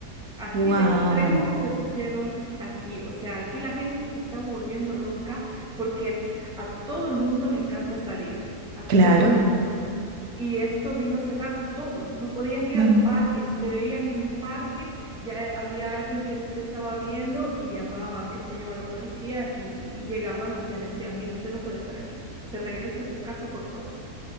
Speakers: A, in the centre; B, on the right.
A: Así
B: wow.
A: de extremo se pusieron aquí. O sea, aquí la gente se está volviendo loca porque a todo el mundo le encanta salir, a
B: Claro.
A: todo el mundo. Y esto vino a cerrar todo. No podías ir
B: Mm.
A: al parque. Si te veían en el parque, ya había alguien que te estaba viendo y llamaba, qué sé yo, a la policía y, y llegaban y te decían, mire, usted no puede estar aquí. Se regresa a su casa, por favor.